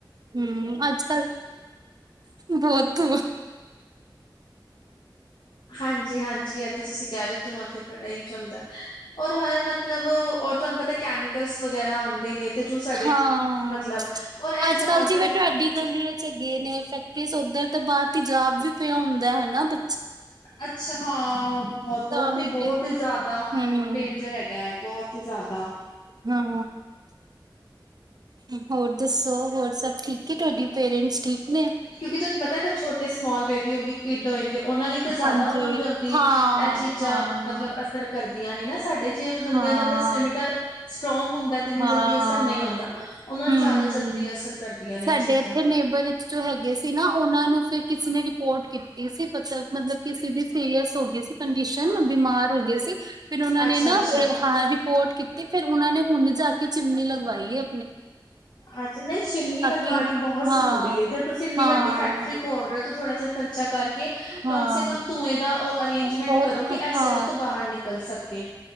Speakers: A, on the right; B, on the left.
A: ਹਮ ਅੱਜ ਬਹੁਤ
B: ਹਾਂਜੀ-ਹਾਂਜੀ ਇਹ ਤਾਂ ਤੁਸੀਂ ਕਹਿ ਰਹੇ ਹੋ ਧੂੰਆਂ ਤੇ ਬੜਾ ਹੀ ਚੱਲਦਾ ਔਰ ਹਰ ਮਤਲਬ ਹੋਰ ਤੁਹਾਨੂੰ ਪਤਾ ਕੈਮੀਕਲਸ ਵਗੈਰਾ ਆਉਂਦੇ ਨੇ ਤੇ ਜੋ ਸਾਡੇ
A: ਹਾਂ
B: ਮਤਲਬ ਔਰ ਇਹ
A: ਅੱਜ
B: ਜੋ
A: ਕੱਲ੍ਹ
B: ਅੱਗ
A: ਜੀਵੇ ਤੁਹਾਡੀ ਗਲੀ ਇਚ ਗਏ ਨੇ ਫੈਕਟਰੀਸ ਉੱਧਰ ਤਾਂ ਬਾਹਰ ਤੇਜਾਬ ਵੀ ਪਿਆ ਹੁੰਦੇ ਹਨ ਨਾ ਬਇ
B: ਅੱਛਾ ਹਾਂ ਬਹੁਤ
A: ਤਾਂ
B: ਉਹ‌
A: ਵੀ
B: ਤੇ ਬਹੁਤ
A: ਫਿਰ
B: ਹੀ ਜ਼ਿਆਦਾ
A: ਹਮ
B: ਡੇਂਜਰ ਹੈਗਾ ਹੈ ਬਹੁਤ ਜ਼ਿਆਦਾ
A: ਹਾਂ ਹੋਰ ਦੱਸੋ ਹੋਰ ਸਭ ਠੀਕ ਤੁਹਾਡੀ ਪੇਰੈਂਟਸ ਠੀਕ ਨੇ
B: ਕਿਉਂਕਿ ਤੁਹਾਨੂੰ ਪਤਾ ਹੈਗਾ ਛੋੇਟੇ ਸਮਾਲ ਬੇਬੀ ਹੋ ਗਯੇ ਖਿੱਡ ਹੋਏਗੇ ਉਹਨਾਂ ਲਈ ਤਾਂ ਜ਼ਿਆਦਾ
A: ਹਾਂਜੀ
B: ਉਹਨਾਂ ਨੂੰ ਜਲਦੀ
A: ਹਾਂ
B: ਇਹ ਚੀਜ਼ਾਂ
A: ਹਾਂ
B: ਮਤਲਬ ਅਸਰ ਕਰਦੀਆਂ ਨੇ ਨਾ ਸਾਡੇ ਤੇ ਬੰਦਿਆਂ
A: ਹਾਂ
B: ਦਾ ਤਾਂ ਸਟੈਮੀਟਾ ਸਟਰੋਂਗ ਹੁੰਦਾ ਤੇ ਇੰਨੀ
A: ਹਾਂ
B: ਜਲਦੀ ਅਸਰ ਨਹੀਂ ਹੁੰਦਾ ਉਹਨਾਂ ਨੂੰ
A: ਹੂੰ
B: ਜ਼ਿਆਦਾ ਜਲਦੀ ਅਸਰ ਕਰਦੀਆਂ
A: ਸਾਡੇ
B: ਨੇ ਇਹ ਚੀਜ਼ਾਂ
A: ਇੱਥੇ ਨੇਬਰ ਵਿੱਚ ਜੋ ਹੈਗੇ ਸੀ ਨਾ ਉਹਨਾਂ ਨੂੰ ਫਿਰ ਕਿਸੇ ਨੇ ਰਿਪੋਰਟ ਕੀਤੀ ਸੀ ਬ ਮਤਲਬ ਕਿਸੇ ਦੀ ਸੀਰੀਅਸ ਹੋ ਗਈ ਸੀ ਕੰਡੀਸ਼ਨ ਬਿਮਾਰ ਹੋ ਗਏ ਸੀ ਫਿਰ ਉਹਨਾਂ ਨੇ
B: ਅੱਛਾ
A: ਨਾਂ
B: ਅੱਛਾ
A: ਹਾਂ ਰਿਪੋਰਟ ਕੀਤੀ ਫਿਰ ਉਹਨਾਂ ਨੇ ਹੁਣ ਜਾ ਕੇ ਚਿਮਨੀ ਲਗਵਾਈ ਏ
B: ਅੱਛਾ ਨਹੀਂ ਚਿਮਨੀ ਲਗਵਾਉਣੀ
A: ਕਿ
B: ਬਹੁਤ
A: ਹਾਂ
B: ਜ਼ਰੂਰੀ ਜੇ ਤੁਸੀਂ ਇੰਨੀ
A: ਹਾਂ
B: ਵੱਡੀ ਫੈਕਟਰੀ ਖੋਲ ਰਹੇ ਹੋ ਤਾਂ ਥੋੜਾ ਜਿਹਾ ਖਰਚਾ ਕਰਕੇ ਕੇ
A: ਹਾਂ
B: ਕਮ ਸੇ ਕਮ ਧੂਂਏਂ ਦਾ ਔ ਅਰੇਂਜਮੈਂਟ
A: ਬਹੁਤ
B: ਕਰੋ ਕਿ ਇਸ
A: ਹਾਂ
B: ਜਗਹ ਤੋਂ ਬਾਹਰ ਨਿਕਲ ਸਕੇ